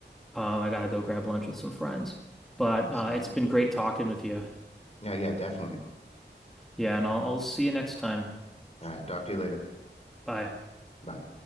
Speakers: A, in the centre; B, on the left.
A: Um, I gotta go grab lunch with some friends. But
B: That
A: uh,
B: sounds
A: it's
B: good.
A: been great talking with you.
B: Yeah, yeah, definitely.
A: Yeah, and I'll, I'll see you next time.
B: All right, talk to you later.
A: Bye.
B: Bye.